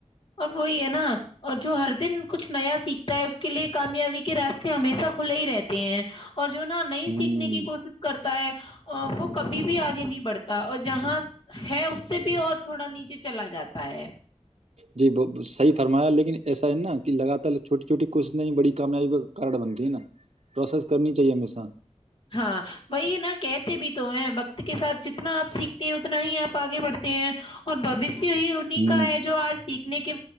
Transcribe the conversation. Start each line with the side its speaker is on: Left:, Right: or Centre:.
Left: اور وہی ہے نا اور جو ہر دن کچھ نیا سیکھتا ہے اس کے لیے کامیابی کے راستے ہمیشہ کھلے ہی رہتے ہیں اور جو نا نہیں
Right: ہوں
Left: سیکھنے کی کوشش کرتا ہے وہ کبھی بھی آ نہیں بڑھتا اور جہاں ہے اس سے بھی اور تھوڑا نیچے چلا جاتا ہے
Right: جی وہ صحی فرمایا لیکن ایسا ہے نا کہ لگاتار چھوٹی چھوٹی کوشش نہیں بڑی کامیابی کا کار بنتی ہے نا پروسیس کرنی چاہیے ہمیشہ
Left: ہاں وہی نا کہتے بھی تو ہیں وقت کے ساتھ جتنا آپ سیکھتے ہیں اتنا ہی آپ آگے بڑھتے ہیں اور بوشیہ ہی انہیں
Right: ہ
Left: کا ہے جو آج سیکھنے کے